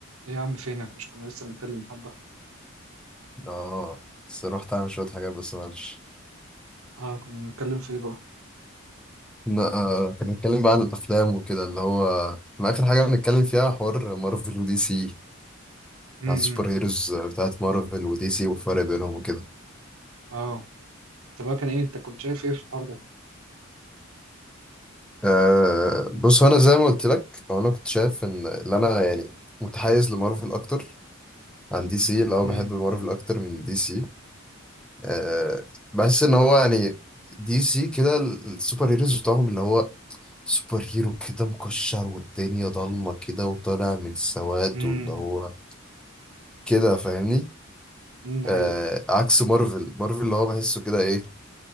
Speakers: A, on the right (about 80°); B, in the centre.
A: ايه يا عم فينك مش كنا لسه بنتكلم حبة
B: اه بس رحت اعمل شوية حاجات بس معلش
A: اه كنا بنتكلم في ايه بقى
B: ن- آه، كنا بنتكلم بقى عن الافلام وكده اللي هو ما اخر حاجة بنتكلم فيها حوار مارفل ودي سي
A: امم
B: على السوبر هيروز بتاعت مارفل ودي سي والفرق بينهم وكده
A: اه طب بقى كان ايه انت كنت شايف ايه في الحوار ده
B: أه بص هو انا زي ما قلت لك هو انا كنت شايف ان اللي انا يعني متحيز لمارفل اكتر عن دي سي اللي هو
A: امم
B: بحب مارفل اكتر من دي سي أه بحس ان هو يعني دي سي كده السوبر هيروز بتاعهم اللي هو سوبر هيرو كده مكشر والدنيا ضلمة كده وطالع من السواد
A: امم
B: واللي هو كده فاهمني
A: امم ده
B: آه
A: حقيقة
B: عكس مارفل مارفل اللي هو بحسه كده ايه